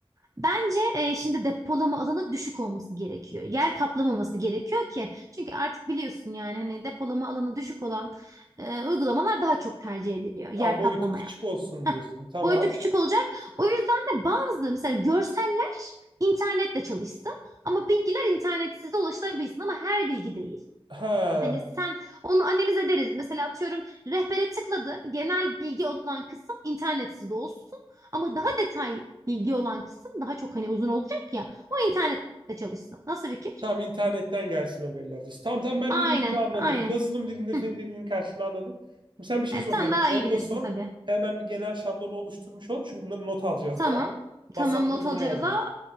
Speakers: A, on the right; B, on the right.
A: Bence e, şimdi depolama alanı düşük olması gerekiyor. Yer kaplamaması gerekiyor ki. Çünkü artık biliyorsun yani hani depolama alanı düşük olan e, uygulamalar daha çok tercih ediliyor. Yer
B: Tamam boyutu
A: kaplamayan.
B: küçük olsun
A: Heh,
B: diyorsun. Tamam.
A: boyutu küçük olacak. O yüzden de bazı mesela görseller internetle çalışsın ama bilgiler internetsiz de ulaşılabilsin ama her bilgi değil.
B: Ha.
A: Hani sen onu analiz ederiz. Mesela atıyorum rehbere tıkladı. Genel bilgi olan kısım internetsiz olsun. Ama daha detay bilgi olan kısım daha çok hani uzun olacak ya. O internette çalışsın. Nasıl fikir?
B: Tamam internetten gelsin haberler diyorsun. Tamam tamam ben
A: Aynen,
B: ne dediğini anladım.
A: aynen.
B: Yazılım dilinde
A: Hı.
B: senin dediğinin karşılığını anladım. Şimdi sen bir şey
A: E,
B: soracaktın.
A: sen daha
B: Onu
A: iyi bilirsin
B: da sor.
A: tabii.
B: Hemen bir genel şablonu oluşturmuş olalım. Çünkü bunları not alacağız
A: Tamam.
B: daha. WhatsApp
A: Tamam not
B: grubuna
A: alacağız
B: yazacağız.
A: ha.